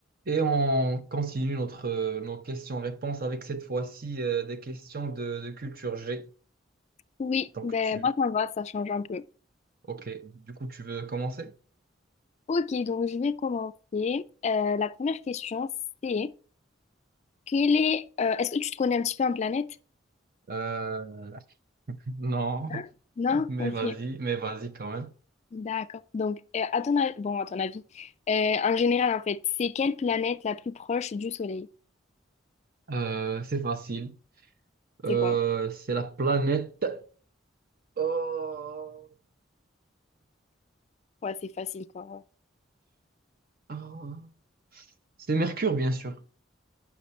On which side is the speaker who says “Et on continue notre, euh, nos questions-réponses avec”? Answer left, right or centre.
Right